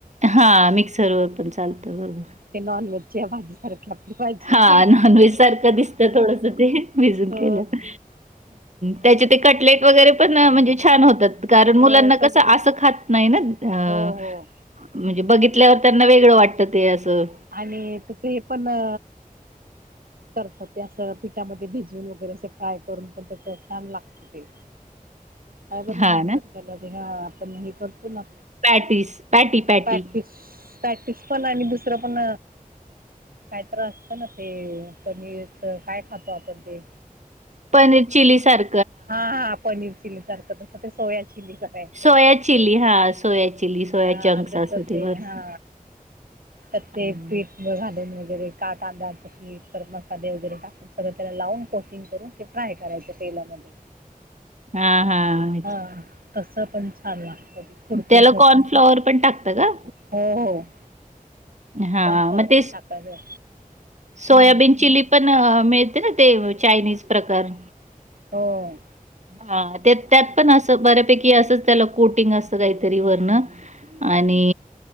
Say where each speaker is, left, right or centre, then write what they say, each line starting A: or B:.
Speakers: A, on the right; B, on the right.
A: हा मिक्सर वर पण चालतं. बरोबर.
B: ते नॉनव्हेजच्या भाजी सारखी आपली भाजी
A: हा
B: ते
A: नॉन व्हेज सारखं दिसत थोडस ते. भजून
B: हो
A: केल्यात. त्याचे ते कटलेट वगैरे पण म्हणजे छान होतात. कारण मुलांना
B: हो हो
A: कसं असं खात नाही ना. अ
B: हो
A: म्हणजे बघितल्यावर त्यांना वेगळं वाटतं ते असं.
B: आणि त्याच हे पण अ करतात ते अस पिठामध्ये भिजून वगैरे असे फ्राय करून पण त्याच छान लागत ते. काय बरं
A: हां
B: म्हणतात
A: ना?
B: त्याला. ते हा आपण हे करतो ना.
A: Patties. Patty patty.
B: Practice practice पण आणि दुसरं पण काय त्तर असत ना. ते पनीरच काय खातो आपण ते?
A: पनीर चिली सार
B: हा हा पनीर चिली सारखं. तसं ते सोया चिली कर <unintelligible>
A: सोया चिली हां, सोया चिली, सोया
B: हा
A: चंक्स
B: तसचे
A: असं ते बरं.
B: हा. तर ते
A: हां,
B: पीठ घालून वगैरे. का तांदाळाच पीठ. परत मसाले वगैरे टाकू सगळं त्याला लावून. कोटिंग करून ते फ्राय करायच तेलामध्ये.
A: हा हा.
B: हा तसं पण छान लागतं ते. कुरकुरीत
A: त्याला
B: होतं.
A: कॉर्नफ्लॉवर पण टाकता का?
B: हो हो.
A: हा
B: कॉर्नफ्लॉवर
A: म ते
B: पण टाकायचं.
A: सोयाबीन
B: हम्म
A: चिली पण मिळते ना. ते चायनीज प्रकार.
B: हो.
A: हा त्यात पण असं, बऱ्यापैकी असंच त्याला कोटिंग असत काहीतरी वरण. आणि